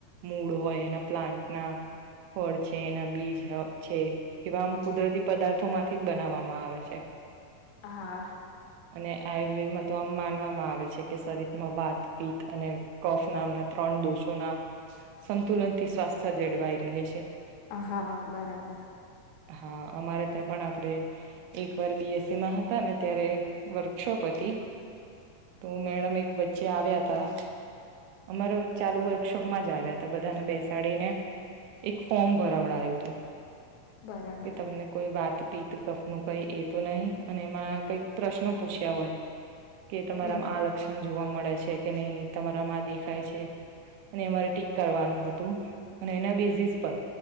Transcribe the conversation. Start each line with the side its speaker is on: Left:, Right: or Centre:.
Right: મૂળ હોય એના પ્લાન્ટના ફળ છે, એના બીજ છે એવા આમ કુદરતી પદાર્થો માંથી જ બનાવવામાં આવે છે.
Left: હા
Right: અને આયુર્વેદમાં તો આમ માનવામાં આવે છે, કે શરીરમાં વાત પીત અને કફ નામના ત્રણ દોષોના સંતુલન થી સ્વાસ્થ્ય જળવાઈ રહે છે.
Left: હા બરાબર
Right: હા, અમારે ત્યાં પણ આપડે એક વાર બીએસસીમાં હતા ને ત્યારે વર્કશોપ હતી તો મેડમ એક વચ્ચે આવ્યા હતા અમારા ચાલુ વર્કશોપમાં જ આવ્યા હતા બધાને બેસાડીને એક ફોર્મ ભરવડ આવ્યું હતું. કે
Left: બરાબર
Right: તમને કોઈ વાત પિત કફ નું કઈ એ તો નહીિ અને એમાં કઈક પ્રશ્નો પૂછ્યા હોય કે તમારામ
Left: હમ
Right: આ લક્ષણ જોવા મળે, છે કે નહી તમારા માં દેખાય છે, અને અમારે ટીક કરવાનું હતું અને એના બેઝિસ પર